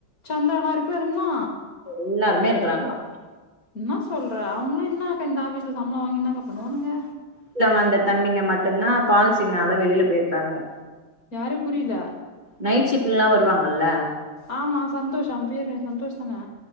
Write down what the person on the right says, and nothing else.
எல்லாருமே இருக்குறாங்களா
ட்டுல வந்த தம்பிங்க மட்டும்தா பால்சிங்கால வெளியில போயிருக்கானுங்க
நைட் ஷிஃப்ட்லல்லா வருவாங்கல்ல